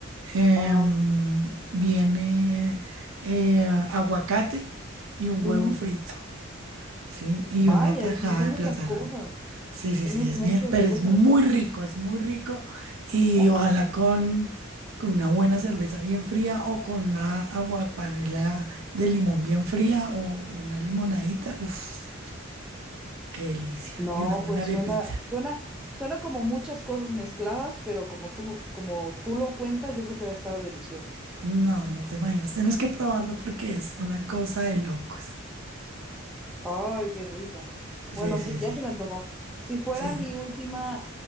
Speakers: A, on the right; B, in the centre.
A: em,
B: ajá.
A: viene eh, aguacate y un
B: ujú.
A: huevo frito. Sí, y
B: Vaya,
A: una tajada
B: es mu- son
A: de
B: muchas
A: plátano.
B: cosas,
A: Sí, sí,
B: son
A: sí,
B: mu-
A: es
B: muchas
A: bien, pero
B: cosas.
A: es muy rico, es muy rico. Y
B: Ajá.
A: ojalá con, con una buena cerveza bien fría o con una aguapanela de limón bien fría o una limonadita. Uf, qué delicia.
B: No,
A: Y una buena
B: pues
A: arepita.
B: suena, suena, suena como muchas cosas mezcladas, pero como tú, como tú lo cuentas, yo creo que va a estar delicioso.
A: No, no te imaginas. Tienes que probarlo porque es una cosa de locos.
B: Ay, qué rico.
A: Sí,
B: Bueno,
A: sí,
B: sí,
A: sí.
B: ya se me antojó. Si fuera
A: Sí,
B: mi última,